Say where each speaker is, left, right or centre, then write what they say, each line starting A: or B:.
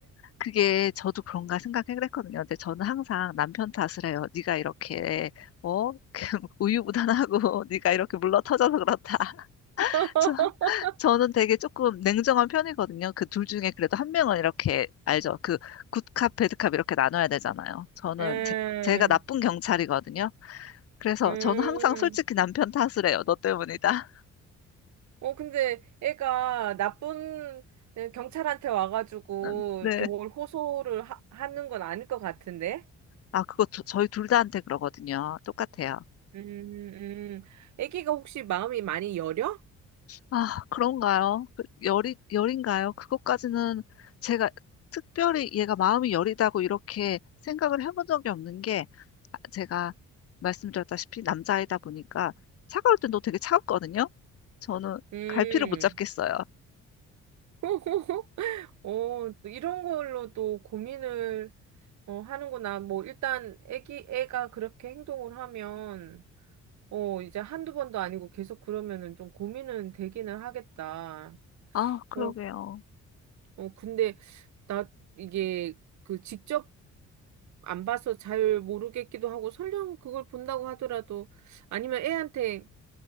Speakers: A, on the left; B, on the right.
A: 그게 저도 그런가 생각했거든요. 근데 저는 항상 남편 탓을 해요. 네가 이렇게 어? <laughs> 우유부단하고 네가 이렇게 물러터져서 그렇다.
B: <laughs>
A: 저- <laughs> 저는 되게 조금 냉정한 편이거든요. 그 둘 중에 그래도 한 명은 이렇게 알죠. 그 굿캅, 배드캅 이렇게 나눠야 되잖아요. 저는
B: 음,
A: 제, 제가 나쁜 경찰이거든요. 그래서
B: 음.
A: 저는 항상 솔직히 남편 탓을 해요. 너 때문이다.
B: 어, 근데 애가 나쁜 응, 경찰한테 와가지고
A: <laughs> 네.
B: 이렇게 뭘 호소를 하, 하는 건 아닐 것 같은데?
A: 아, 그거 저, 저희 둘 다한테 그러거든요. 똑같아요.
B: 음, 음. 애기가 혹시 마음이 많이 여려?
A: 아, 그런가요? 그 열이, 열인가요? 그것까지는 제가 특별히 얘가 마음이 여리다고 이렇게 생각을 해본 적이 없는 게 아, 제가 말씀드렸다시피 남자이다 보니까 차가울 땐 너 되게 차갑거든요? 저는
B: 음.
A: 갈피를 못 잡겠어요.
B: <laughs> 어, 또 이런 걸로 또 고민을 어, 하는구나. 뭐, 일단 애기, 애가 그렇게 행동을 하면 어, 이제 한두 번도 아니고 계속 그러면은 좀 고민은 되기는 하겠다.
A: 아, 그러게요.
B: 어, 어, 근데 나 이게 그 직접 안 봐서 잘 모르겠기도 하고 설령 그걸 본다고 하더라도 아니면 애한테